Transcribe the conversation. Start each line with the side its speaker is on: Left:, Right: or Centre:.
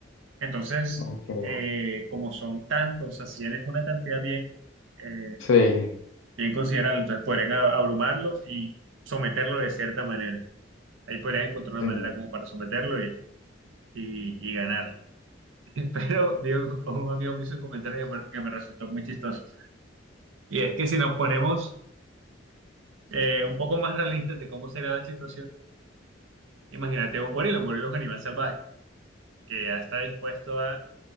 Right: Entonces,
Left: ok.
Right: eh, como son tantos, así es una cantidad bien, eh,
Left: Sí,
Right: bien considerable, entonces podrían a- abrumarlo y someterlo de cierta manera. Ahí podrían encontrar una
Left: sí,
Right: manera como para someterlo y, y, y ganarlo. <laughs> Pero vi un, un amigo me hizo un comentario que me, que me resultó muy chistoso. Y es que si nos ponemos eh, un poco más realistas de cómo sería la situación, imagínate un gorila, un gorila es un animal salvaje que ya está dispuesto a